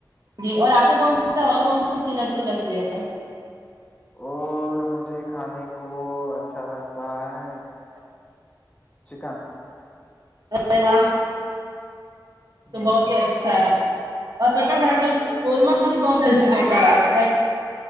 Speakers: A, on the right; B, on the left.
A: جی اور آپ کو کون سا اور کون سی چیزیں اچھی لگتی ہے
B: اور مجھے کھانے کو اچھا لگتا ہے چکن
A: اے و تو
B: بالکل
A: بہت ہی اچھا ہے نا اور پتہ بھائی قورمہ بھی بہت عییک ہوتا ہے